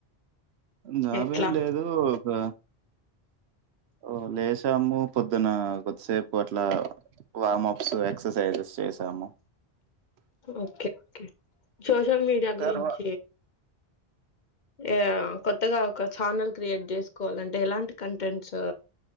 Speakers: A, on the right (about 80°); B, on the left (about 50°).
A: జాబ
B: ఎట్లా
A: ఏం లేదు ఒక ఓ లేసాము పొద్దున కొద్దిసేపు అట్లా వమప్స్ ఎక్సర్సైజస్ చేసాము
B: ఓకే ఓకే సోషల్ మీడియా గురించి
A: తర్వా
B: ఏ కొత్తగా ఒక ఛానల్ క్రియేట్ చేసుకోవాల అంటే ఎలాంటి కంటెంట్స్